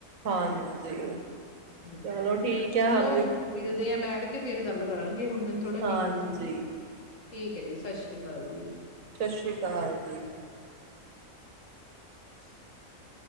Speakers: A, on the right; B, on the left.
A: ਹਾਂਜੀ
B: ਹੂੰ
A: ਚਲੋ ਠੀਕ ਹੈ।
B: ਚਲੋ
A: ਹਾਂਜੀ
B: ਮਿਲਦੇ ਆ ਬੈਠ ਕੇ ਫੇਰ ਗੱਲ ਕਰਾਂਗੇ, ਹੁਣ ਮੈਨੂੰ ਥੋੜਾ
A: ਹਾਂਜੀ
B: ਬਿਜੀ ਸੀਗੀ ਠੀਕ ਹੈ ਜੀ, ਸਤਿ ਸ੍ਰੀ ਅਕਾਲ ਜੀ।
A: ਸਤਿ ਸ਼੍ਰੀ ਅਕਾਲ ਜੀ।
B: <inaudible>